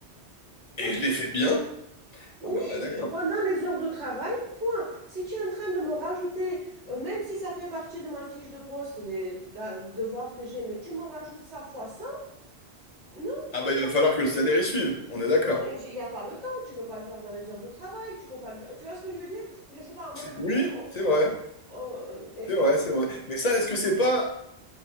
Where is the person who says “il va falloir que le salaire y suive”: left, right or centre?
Left